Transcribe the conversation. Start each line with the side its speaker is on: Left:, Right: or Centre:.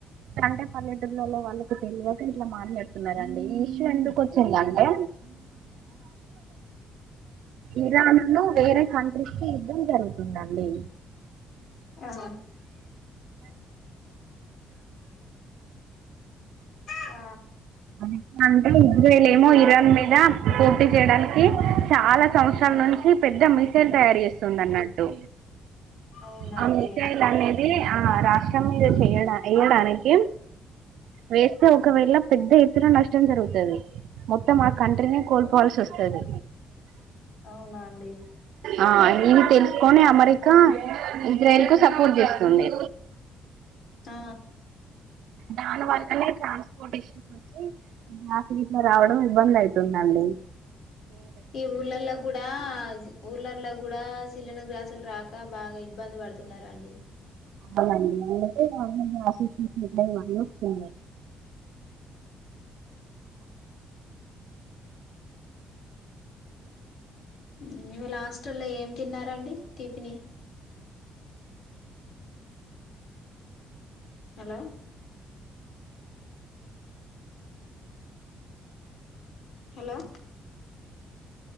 Right: అంటే పల్లెటూర్లలో వాళ్ళకి తెల్వక ఇట్లా మాట్లాడుతున్నారండి ఈ ఇష్యూ ఎందుకు వచ్చిందంటే ఇరాన్ లో వేరే కంట్రీస్ కి యుద్ధం జరుగుతుంది ఉంది అండి
Left: ఆ ఆ
Right: <unintelligible> ఇజ్రేల్ ఏమో ఇరాన్ మీద పోటీ చేయడానికి చాలా సం నుంచి పెద్ద మిసైల్ తయారు చేస్తుంది అన్నట్టు
Left: అవునా
Right: ఆ
Left: అండి
Right: మిసైల్ అనేది ఆ రాష్ట్రం మీద చెయడా ఏడానే కి వేస్తే ఒకవేళ పెద్ద ఎత్తున నష్టం జరుగుతది మొత్తం ఆ కంట్రీనే కోల్పోవల్సి వస్తుంది
Left: అవునా అండి
Right: ఆ ఇది తెలుసుకని అమా అమెరికా ఇజ్రాయల్ కు సపోర్ట్ చేస్తుంది
Left: ఆ
Right: దాని వల్ల నే ట్రాన్స్పోర్టేషన్స్ వచ్చి గ్యాస్ గిట్ల రావడం ఇబ్బంది అవుతుందండి
Left: ఈ ఊల్లా కూడా గా ఊల్లలా కూడా చిల్లన గ్యాస్ లు రాక బాగా ఇబ్బంది పడుతున్నారండి
Right: అవునండి అందుకే ఆఫీస్ట్ <unintelligible> వాళ వస్తుంది
Left: ఉమ్ ఇవాళ హాస్టల్లో ఏం తిన్నారండి టీఫిని hello hello